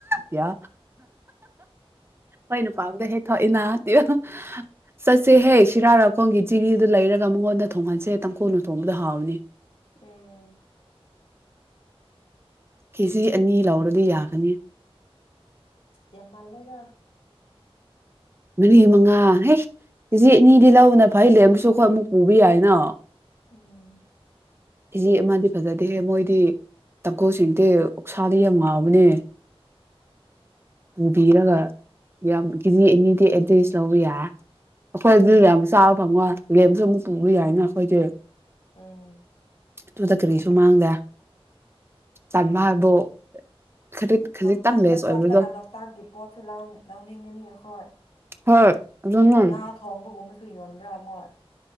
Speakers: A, on the right; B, on the left.
A: ꯀ꯭ꯌꯥ ꯈꯣꯢꯅ ꯄꯥꯕꯗ ꯍꯦꯛ ꯊꯣꯛꯏꯅꯥ ꯇꯦꯑꯣ ꯆꯠꯁꯦꯍꯦ ꯁꯤꯔꯥꯔꯈꯣꯡꯒꯤ ꯆꯤꯔꯤꯗꯨ ꯂꯩꯔꯒ ꯃꯉꯣꯟꯗ ꯊꯣꯡꯍꯟꯁꯦ ꯇꯪꯈꯨꯜꯅ ꯊꯣꯡꯕꯗꯣ ꯍꯥꯎꯕꯅꯤ
B: ꯎꯝ
A: ꯀꯦꯖꯤ ꯑꯅꯤ ꯂꯧꯔꯗꯤ ꯌꯥꯒꯅꯤ
B: ꯌꯥꯝꯃꯜ ꯂꯣꯢꯗ
A: ꯃꯔꯤ ꯃꯉꯥ ꯍꯦ ꯀꯦꯖꯤ ꯑꯅꯤꯗꯤ ꯂꯧꯕꯅ ꯐꯩ ꯂꯦꯝꯕꯁꯨ ꯑꯩꯈꯣꯢ ꯑꯃꯨꯛ ꯄꯨꯕ ꯌꯥꯏꯅ
B: ꯎꯝ
A: ꯀꯦꯖꯤ ꯑꯃꯗꯤ ꯐꯖꯗꯦꯍꯦ ꯃꯣꯏꯗꯤ ꯇꯥꯡꯈꯨꯜꯁꯤꯡꯗꯤ ꯑꯣꯛꯁꯥꯗꯤ ꯌꯥꯝ ꯉꯥꯎꯕꯅꯦ ꯄꯨꯕꯤꯔꯒ ꯌꯥꯝ ꯀꯦꯖꯤ ꯑꯅꯤꯗꯤ ꯑꯦꯗꯂꯤꯁ ꯂꯧꯕ ꯌꯥꯢ ꯑꯩꯈꯣꯏ
B: ꯎꯝ
A: ꯑꯗꯨ ꯌꯥꯝ ꯆꯥꯕ ꯐꯪꯉꯣꯢ ꯂꯦꯝꯁꯨ ꯑꯃꯨꯛ ꯄꯨꯕ ꯌꯥꯏꯅ ꯑꯩꯈꯣꯏꯗꯤ
B: ꯎꯝ
A: ꯑꯗꯨꯗ ꯀꯔꯤꯁꯨ ꯃꯥꯡꯗꯦ ꯇꯟꯕ ꯍꯥꯏꯕꯨ ꯈꯖꯤꯛ ꯈꯖꯤꯛꯇꯪ
B: ꯂꯣꯛꯇꯥꯛꯇ
A: ꯂꯦꯁ
B: ꯆꯠꯂꯒ
A: ꯑꯣꯏꯕꯗꯣ
B: ꯂꯣꯛꯇꯥꯛꯀꯤ ꯄꯣꯠꯁꯨ ꯂꯧ ꯂꯧꯅꯤꯡꯉꯅꯤ ꯑꯩꯈꯣꯏ
A: ꯍꯣꯏ ꯑꯗꯨꯅ
B: ꯉꯥ ꯊꯣꯡꯕꯒꯨꯝꯕ ꯁꯨ ꯌꯣꯟꯕ꯭ꯔꯥ ꯃꯣꯏ